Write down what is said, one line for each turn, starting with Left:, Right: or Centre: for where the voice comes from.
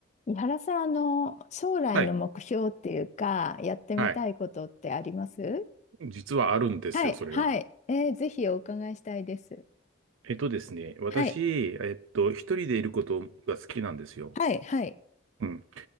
Left: 井原さん、あの、将来の目標っていうか、
Right: はい。
Left: やってみたいことってあります
Right: はい。実はあるんですよ、
Left: はい、
Right: それが。
Left: はい。えーぜひお伺いしたいです。
Right: えっとですね、私、
Left: はい、
Right: えっと、一人でいることが好きなんですよ。
Left: はい、はい、
Right: うん。